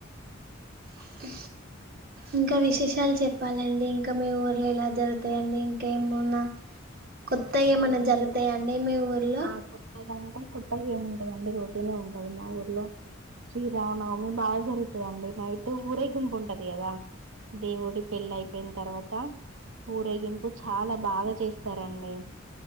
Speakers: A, on the right; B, on the right.
A: అ ఇంకా విశేషాలు చెప్ప చెప్పాలండి ఇంకా మీ ఊర్లో ఇలా జరుగుతాయండి ఇంకా ఏమున్నా కొత్త
B: మా
A: ఏమన్నా
B: ఊర్లో
A: జరుగుతాయా అండి మీ ఊర్లో
B: ఆ కొత్తగంటే కొత్తగా ఏముండదండి రొటీన్నే ఉంటది మా ఊర్లో శ్రీరావణ బాగా జరుగుతుందండి నైట్ ఊరేగింపు ఉంటది కదా దేవుడి పెళ్లి అయిపోయిన తర్వాత ఊరేగింపు చాలా బాగాజ్ చేస్తారండి